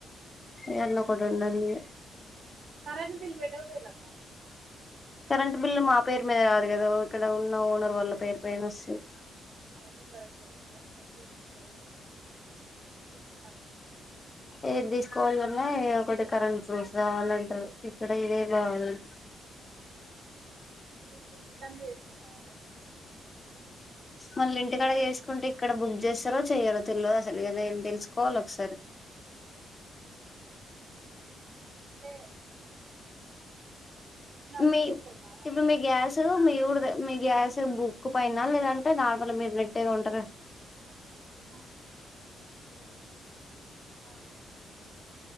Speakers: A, on the left (about 25°); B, on the right (about 65°).
A: ఏదన్నా ఒకటి ఉండాలిగా
B: కరెంట్ బిల్ పెట్టకపోయారు అక్క
A: కరెంట్ బిల్లు మా పేరు మీద రాదు కదా ఇక్కడ ఉన్న ఓనర్ వాళ్ళ పేరు పైన వస్తంది
B: అది కరెక్టే కదా సో బిల్లు ఉండలేదు ఒకటి ఉండాలి కదా
A: ఏది తీసుకోవాలన్నా ఒకటి కరెంట్ ఫ్రూఫు కావాలంటారు ఇక్కడ ఇదే కావాలి
B: ఇపుడు ఇంటి పని చేసు పోతావా మనాలి
A: మళ్ళీ ఇంటికాడ చేసుకుంటే ఇక్కడ బుక్ చేస్తారో చెయ్యారో తెలియదు అసలు, తెలుసుకోవాలి ఒకసారి
B: ఉంటే బుక్
A: మీ
B: చేసుకోవాలి కదా
A: ఇప్పుడు
B: అక్క
A: మీ గ్యాస్ మీ ఊడు మీ గ్యాస్ బుక్ కు పైనా లేదంటే నార్మల్ మీరు పెట్టేది ఉంటరా
B: అ అ